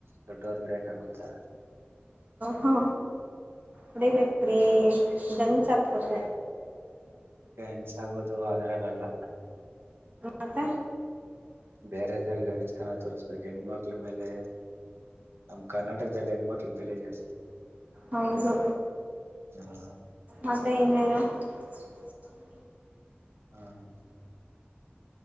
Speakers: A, on the right; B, on the right.
A: ದೊಡ್ಡವರ್ ನಡಕ್ಾಗುತ್ತಾ,
B: ಹಾ ಹೊಡಿಬೇಕ್ರಿ ಜನ್ ಚಾಸ
A: ಕೆನ್ಸ ಆಗೋದು ಅದ್ರಲ್ಲಲ್ಲ.
B: ಮತ್ತ
A: ಬೇರೆದಳ ಗಣಿಸ ತನ ತೋರಿಸ್ಬೇಕು ಹೆಣ್ಮಕ್ಳ ಮೇಲೆ ನಮ ಕರ್ನಾಟಕದಲ್ಲಿ ಹೆಣ್ಮಕ್ಳ ಬೆಲೆ ಜಾಸ್ತಿ
B: ಹೌದು
A: ಹ
B: ಮತ್ತೆ ಇನ್ನೇನು <unintelligible>
A: ಹ್ಮ